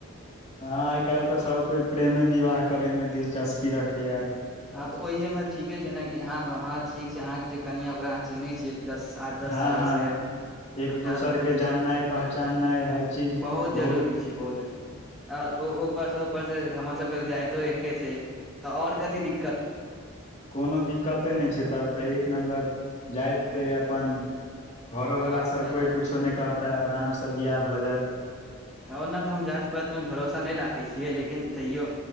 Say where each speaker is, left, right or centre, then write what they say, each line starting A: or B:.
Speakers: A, on the left; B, in the centre.
A: हँ आइ काल्हि तऽ सभ कोइ प्रेमे विवाह करैमे दिलचस्पी रखैए आब।
B: हँ तऽ ओहिमे ठीके छै न कि हँ आब हँ ठीक छै अहाँके जे कनियाँ ओकरा अहाँ चिन्है छीय दस आठ। दस
A: हँ
B: साल
A: हँ
B: से।
A: एक
B: <unintelligible>
A: दोसरके जाननाइ
B: बहुत
A: पहचाननाइ हर चीज बहुत
B: जरूरी छै बहुत जरूरी आर ओ ओ। उपरसँ ऊपरसे हमर सबके तऽ जाइतो एके छै तऽ आओर कथी दिक्कत।
A: कोनो दिक्कते नहि छै तब तऽ एक नम्बर। जाइत
B: हे
A: अइ अपन घरो
B: हँ
A: वला
B: उहे
A: सब कोई
B: ने
A: कुछो नहि कहतै अरामसँ। तब बिआह भऽ जायत।
B: ओना तऽ हम जाति पातिमे भरोसा नहि राखैय छियै लेकिन तैयो।